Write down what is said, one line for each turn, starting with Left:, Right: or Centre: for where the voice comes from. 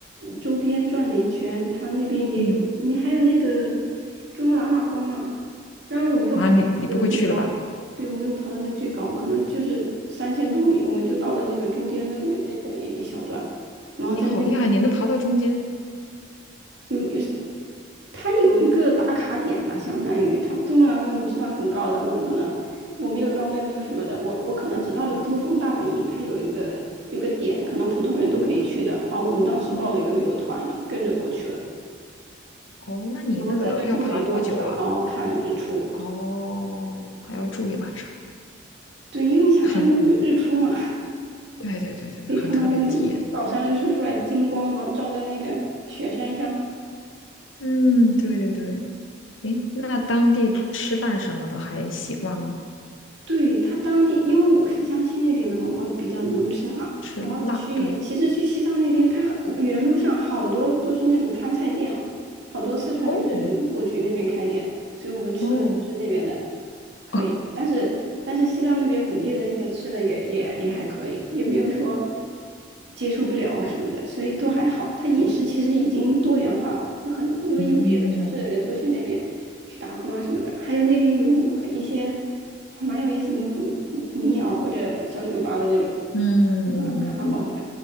Right: 周边转了一圈，它那边也有，
Left: 嗯，
Right: 你还有那个珠穆朗玛峰嘛。当然我没有爬到那个最高，
Left: 妈，你你不会去了吧？
Right: 对，我没有爬到那最高，可能就是三千多米，我们就到了那个中间的那那个一一小段，然后在那边。
Left: 你好厉害，你能爬到中间。
Right: 有有，它有一个打卡点吧，相当于它珠穆朗玛峰，你知道很高的，我不可能，我没有装备，没有什么的，我我可能只到了珠峰大本营，
Left: 对，
Right: 它有一个有个点，可能普通人都可以去的。然后我们当时报了一个旅游团，
Left: 哦
Right: 就跟着过去了，
Left: 哦，那你那个要爬多久啊？
Right: 然后在那住了一晚上，然后看日出。
Left: 哦，还要住一晚上。
Right: 对，因为你想看那个日出嘛，
Left: 很，对对对对对，
Right: 可以看到那种早上日出出来金光，
Left: 很特别的体验。
Right: 然后照在那个雪山上。
Left: 嗯，对对对。诶，那当地吃饭什么的还习惯吗？
Right: 对，他当地，因为我是江西那边的嘛，我比较能吃辣。
Left: 吃辣，
Right: 然后去，
Left: 对。
Right: 其实去西藏那边，他原路上好多都是那种川菜店啊，好多四川那边的人都过去那边开店，
Left: 哦
Right: 所以我们吃的都是那边的。
Left: 哦，
Right: 可以，
Left: <laughs>
Right: 但是但是西藏那边本地的那些吃的也也也还可以，也没有说接受不了啊什么的，所以都还好。他饮食其实已经多元化了，有很因为有别的城市的人都去那边去打工啊什么的，
Left: 嗯
Right: 还有那边有很一些还蛮有意思的那种嗯民谣或者小酒吧的那种，
Left: 嗯嗯嗯嗯。
Right: 蛮还蛮好的